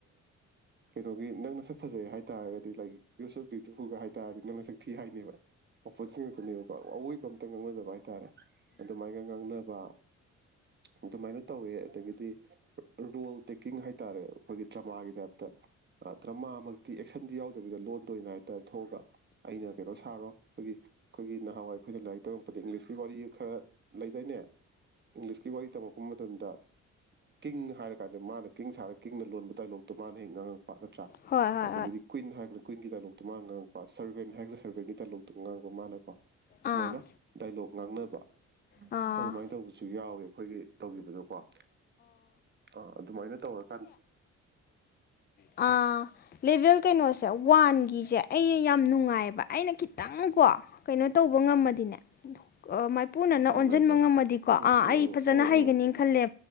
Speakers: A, on the right; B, on the left.
A: ꯀꯩꯅꯣꯒꯤ ꯅꯪꯅ ꯁꯛ ꯐꯖꯩ ꯍꯥꯏꯇꯥꯥꯔꯒꯗꯤ ꯂꯥꯏꯛ ꯌꯨꯁ ꯑꯣꯐ ꯕꯌꯨꯇꯤꯐꯨꯜꯒ ꯍꯥꯏꯕꯇꯥꯥꯔꯗꯤ ꯅꯪꯅ ꯁꯛ ꯊꯤ ꯍꯥꯏꯅꯦꯕ ꯑꯣꯄꯣꯖꯤꯠ ꯉꯥꯛꯇꯅꯦꯕꯀꯣ ꯑꯋꯣꯏꯕ ꯑꯝꯇ ꯉꯥꯡꯅꯗꯕ ꯍꯥꯏꯇꯥꯥꯔꯦ ꯑꯗꯨꯃꯥꯏꯅꯒ ꯉꯥꯡꯅꯕ ꯑꯗꯨꯃꯥꯏꯅ ꯇꯧꯋꯦ ꯑꯗꯒꯤꯗꯤ ꯔꯣꯜ ꯇꯦꯛꯀꯤꯡ ꯍꯥꯏꯇꯥꯔꯦ ꯑꯩꯈꯣꯏꯒꯤ ꯗ꯭ꯔꯃꯥꯒꯤ ꯇꯥꯏꯞꯇ ꯗ꯭ꯔꯃꯥꯃꯛꯇꯤ ꯑꯦꯛꯁꯟꯗꯤ ꯌꯥꯎꯗꯕꯤꯗ ꯂꯣꯟꯗꯣꯏ ꯑꯣꯏꯅ ꯍꯥꯏꯇꯥꯔꯦ ꯊꯣꯛꯑꯒ ꯑꯩꯅ ꯀꯩꯅꯣ ꯁꯥꯔꯣ ꯑꯩꯈꯣꯏꯒꯤ ꯑꯩꯈꯣꯏꯒꯤ ꯅꯍꯥꯟꯋꯥꯏ ꯑꯩꯈꯣꯏꯅ ꯂꯥꯏꯔꯤꯛ ꯇꯝꯉꯛꯄꯗ ꯏꯪꯂꯤꯁꯀꯤ ꯋꯥꯔꯤ ꯈꯔ ꯂꯩꯗꯥꯏꯅꯦ ꯏꯪꯂꯤꯁꯀꯤ ꯋꯥꯔꯤ ꯇꯝꯃꯛꯛꯄ ꯃꯇꯝꯗ ꯀꯤꯡ ꯍꯥꯏꯔ ꯀꯥꯟꯗ ꯃꯥꯅ ꯀꯤꯡ ꯁꯥꯔꯛ ꯀꯡꯅ ꯂꯣꯟꯕ ꯗꯥꯏꯂꯣꯛꯇꯣ ꯃꯥꯅ ꯍꯦꯛ ꯉꯥꯡꯉꯛꯄ ꯅꯠꯇ꯭ꯔꯥ
B: ꯍꯣꯏ ꯍꯣꯏ ꯍꯣꯏ
A: ꯑꯗꯒꯤꯗꯤ ꯀꯨꯋꯤꯟꯟ ꯍꯥꯏꯔꯒꯅ ꯀꯋꯤꯟꯒꯤ ꯗꯥꯏꯂꯣꯛꯇꯣ ꯃꯥꯅ ꯉꯥꯡꯉꯛꯄ ꯁꯔꯕꯦꯟ ꯍꯥꯏꯔꯒꯅ ꯁꯔꯕꯦꯟꯒꯤ ꯗꯥꯏꯂꯣꯛꯇꯣ ꯉꯥꯡꯉꯕ ꯃꯥꯅꯀꯣ ꯁꯨꯃꯥꯏꯅ
B: ꯑꯥ
A: ꯗꯥꯏꯂꯣꯛ ꯉꯥꯡꯅꯕ
B: ꯑꯥ
A: ꯑꯗꯨꯃꯥꯏꯅ ꯇꯧꯕꯁꯨ ꯌꯥꯎꯋꯦꯕ ꯑꯩꯈꯣꯏꯒꯤ ꯇꯧꯈꯤꯕꯗꯣꯀꯣ ꯑꯥ ꯑꯗꯨꯃꯥꯏꯅ ꯇꯧꯔꯒ
B: ꯑ ꯂꯦꯚꯦꯜ ꯀꯩꯅꯣꯁꯦ ꯋꯥꯟꯒꯤꯁꯦ ꯑꯩ ꯌꯥꯝ ꯅꯨꯡꯉꯥꯏꯑꯕ ꯑꯩꯅ ꯈꯤꯇꯪꯀꯣ ꯀꯩꯅꯣ ꯇꯧꯕ ꯉꯝꯃꯗꯤꯅꯦ ꯃꯥꯏꯄꯨꯅꯅ
A: ꯆꯥꯡ
B: ꯑꯣꯟꯁꯤꯟꯕ
A: ꯅꯥꯏꯕ
B: ꯉꯝꯃꯗꯤꯀꯣ
A: ꯎꯝ
B: ꯑꯥ
A: ꯎꯝ
B: ꯑꯩ
A: ꯎꯝ
B: ꯖꯅ
A: ꯎꯝ
B: ꯍꯩꯒꯅꯤ
A: ꯎꯝ
B: ꯈꯜꯂꯦ